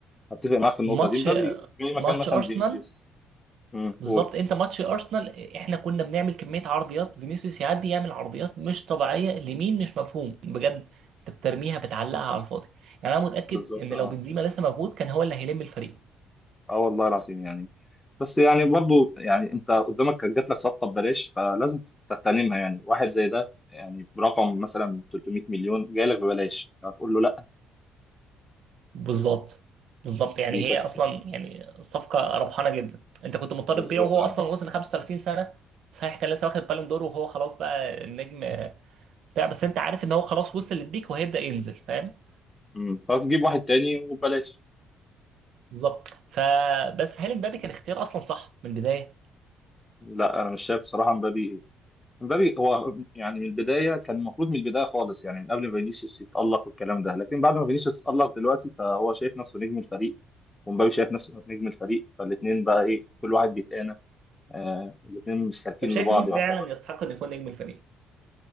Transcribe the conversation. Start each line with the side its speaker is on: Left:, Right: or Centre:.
Left: اتفق معاك في النقطه
Right: ماتش
Left: دي امبابي جاي مكان
Right: ماتش
Left: مثلا
Right: ارسنال
Left: فينيسيوس امم
Right: بالظبط
Left: قول
Right: انت ماتش ارسنال احنا كنا بنعمل كميه عرضيات فينيسيوس يعدي يعمل عرضيات مش طبيعيه لمين مش مفهوم بجد انت بترميها بتعلقها على الفاضي يعني انا متاكد
Left: بالظبط
Right: ان
Left: اه
Right: لو بنزيما لسه موجود كان هو اللي هيلم الفريق
Left: اه والله العظيم يعني بس يعني برضو يعني انت قدامك كانت جات لك صفقه ببلاش فلازم تغتنمها يعني واحد زي ده يعني برقم مثلا 300 مليون جاي لك ببلاش هتقول له لا
Right: بالظبط بالظبط يعني
Left: دي
Right: هي
Left: كانت
Right: اصلا يعني صفقه ربحانه جدا انت كنت مضطر
Left: بالظبط
Right: تبيعه وهو
Left: اه
Right: اصلا وصل 35 سنه صحيح كان لسه واخد بالون دور وهو خلاص بقى النجم آه، بتاع بس انت عارف ان هو خلاص وصل للبيك وهيبدا ينزل فاهم
Left: امم. فتجيب واحد تاني وببلاش
Right: بالظبط فبس هل امبابي كان اختيار اصلا صح من البدايه
Left: لا انا مش شايف صراحه مبابي مبابي هو يعني من البدايه كان المفروض من البدايه خالص يعني من قبل ما فينيسيوس يتالق والكلام ده لكن بعد ما فينيسيوس اتالق دلوقتي فهو شايف نفسه نجم الفريق ومبابي شايف نفسه نجم الفريق فالاثنين بقى ايه كل واحد بيتقانى آه الاثنين مشتركين
Right: طب شايف
Left: لبعض
Right: مين فعلا
Left: يعتبر
Right: يستحق انه يكون نجم الفريق